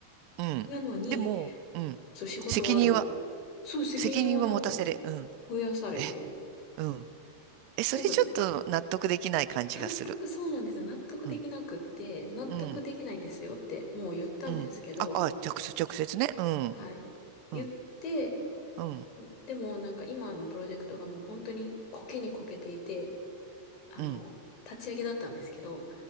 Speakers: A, on the right (about 45°); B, on the left (about 35°).
A: うん。
B: なのに、
A: でも、うん。
B: そう仕事はある。
A: 責任は
B: そう責任をなんか
A: 責任を持たせれ。うん。
B: 増やされて、
A: え、うん。え、それちょっと納得できない感じがする。
B: なんか納得、そうなんですよ。納得できなくって、
A: うん。
B: 納得できないですよってもう言ったんですけど、
A: うん。うん。あ、あ、直接、直接ね。うん。
B: はい。言って、
A: うん。うん。
B: でもなんか今のプロジェクトがもう本当にコケにこけていて、あの、
A: うん。
B: 立ち上げだったんですけど、